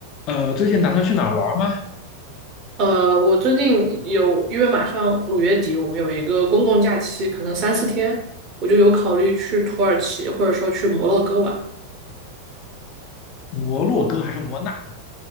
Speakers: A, on the left; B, on the right.
A: 呃，最近打算去哪儿玩吗？
B: 呃，我最近有，因为马上五月底，我们有一个公共假期，可能三四天，我就有考虑去土耳其，或者说去摩洛哥玩。
A: 摩洛哥还是摩纳？